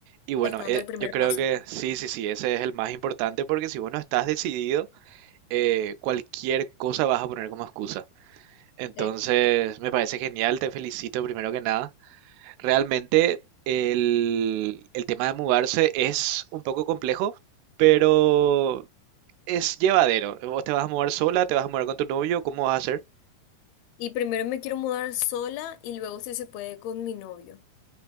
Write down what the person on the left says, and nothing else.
Ya está dando
el primer
paso.
Sí.
Y primero me quiero mudar sola y luego si se puede con mi novio.